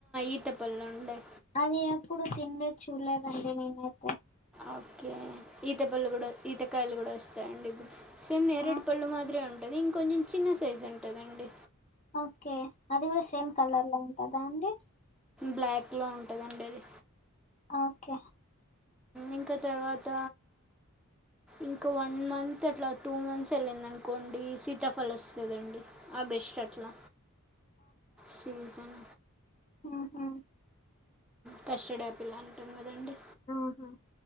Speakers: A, in the centre; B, on the left.
A: ఈత పళ్ళు ఉండే
B: అది ఎప్పుడు తినలేదు చూడలేదండి నేనైతే
A: ఓకే ఈత పళ్ళు కూడా ఈతకాయలు కూడా వస్తాయండి ఇప్పుడు సేమ్ నేరేడు
B: ఆ
A: పళ్ళు మాదిరే ఉంటా అది ఇంకొంచెం చిన్న సైజ్ ఉంటదండి
B: ఓకే అది కూడా సేమ్ కలర్లా ఉంటదా అండి
A: బ్లాక్లో ఉంటదండి అది
B: ఓకే
A: ఇంకా తర్వాత ఇంకా వన్ మంత్ అట్లా టూ మంత్స్ వెళ్ళింది అనుకోండి సీతాఫల్ వస్తదండి బెస్ట్ అట్లా సీజన్
B: ఆహ
A: కస్టర్డ్ ఆపిల్ అంటాం కదండి
B: ఆహా